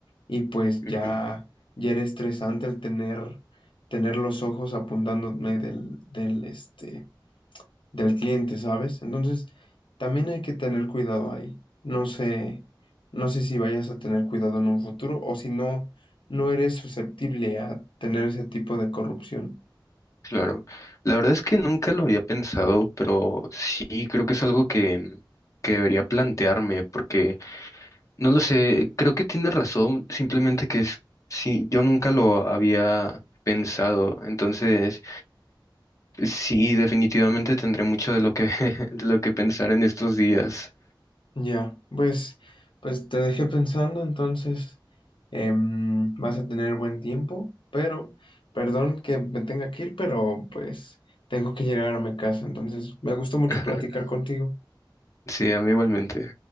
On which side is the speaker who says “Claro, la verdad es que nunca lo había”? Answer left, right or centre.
Left